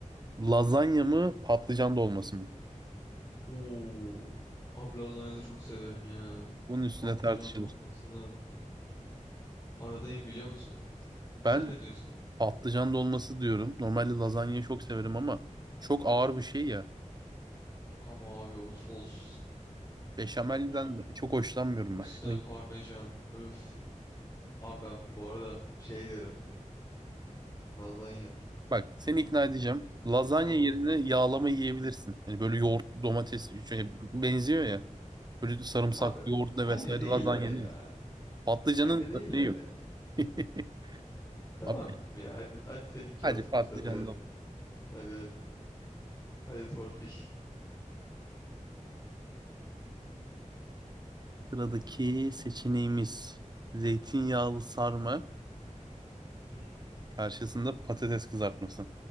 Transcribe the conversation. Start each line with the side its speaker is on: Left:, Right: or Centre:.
Right: Lazanya mı patlıcan dolması mı?
Left: Oo. Abi lazanyayı da çok severim ya.
Right: Bunun üstüne
Left: Patlıcan
Right: tartışılır.
Left: dolması da. Aradayım biliyor musun? Sen
Right: Ben
Left: ne diyorsun?
Right: patlıcan dolması diyorum. Normalde lazanyayı çok severim ama çok ağır bir şey ya.
Left: Ama abi o sos.
Right: Beşamelden
Left: O
Right: de çok hoşlanmıyorum
Left: üstüne
Right: ben. <laughs> Ay.
Left: parmesan. Öf. Abi ben bu arada şey derim. Lazanya.
Right: Bak seni ikna edeceğim. Lazanya
Left: Tamam.
Right: yerine yağlama yiyebilirsin. Hani böyle yoğurt, domates şey, benziyor ya. Böyle sarımsaklı
Left: Abi
Right: yoğurtla
Left: aynı
Right: vesaire
Left: değiller
Right: lazanya
Left: ya.
Right: yenir. Patlıcanın
Left: Aynı değiller
Right: örneği yok.
Left: ya.
Right: <laughs>
Left: Tamam
Right: Abi
Left: ya hadi, hadi seninki
Right: hadi
Left: olsun
Right: patlıcanla.
Left: bu sefer hadi. Hadi hadi. Hadi torpil.
Right: Sıradaki seçeneğimiz zeytinyağlı sarma
Left: Hmm.
Right: karşısında patates kızartması.